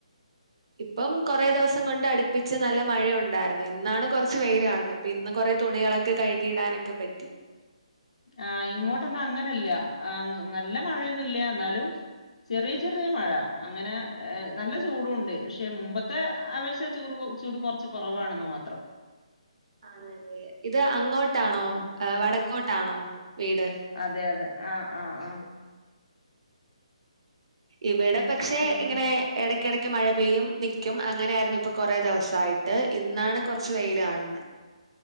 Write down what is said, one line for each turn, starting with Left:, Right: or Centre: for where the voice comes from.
Right: പ്പം കൊറേ ദിവസം കൊണ്ട് അടുപ്പിച്ച് നല്ല മഴയുണ്ടായിരുന്നു ഇന്നാണ് കൊർച്ച് വെയിൽ കാണുന്നെ പിന്ന് കൊറേ തുണികളൊക്കെ കഴുകിയിടാനൊക്കെ പറ്റി
Left: ആഹ് ഇങ്ങോട്ടൊന്നും അങ്ങനല്ല നല്ല മഴയൊന്നുംല്ല ന്നാലും ചെറ്യെ ചെറ്യെ മഴ അങ്ങനെ നല്ല ചൂടുണ്ട് ക്ഷെ മുമ്പത്തെ അപേക്ഷിച്ച് ചൂറ് പോ ചൂട് കൊർച്ച് കൊറവാണെന്ന് മാത്രം
Right: ആണല്ലേ ഇത് അങ്ങോട്ടാണോ
Left: ആഹ്
Right: വടക്കോട്ടാണോ വീട്
Left: അതെ അതെ ആഹ് ആഹ് ആഹ്
Right: ഇവിടെ പക്ഷെ
Left: പിന്നെ
Right: ഇങ്ങനെ എടക്കെടക് ക്ക് മഴ പെയ്യും. നിക്ക്യും. അങ്ങനെ ആയിരുന്നു ഇപ്പൊ കൊറേ ദിവസായിട്ട്. ഇന്നാണ് കൊറ്ച്ച് വെയില് കാണുന്നെ.